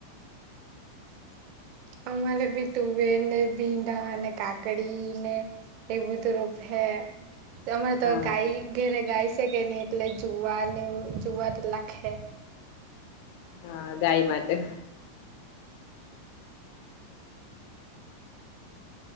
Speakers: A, on the right; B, on the left.
A: <inaudible> અમારે ભી તુવેર, ને ભીંડા ને કાકડી ને ખેત બધું રોપ હે તમારે
B: હા
A: તો ગાય ઘેરે ગાય સે સે કેન્ડનીટલે જોવાને જોવા તો લાખે
B: હા ગાય માટે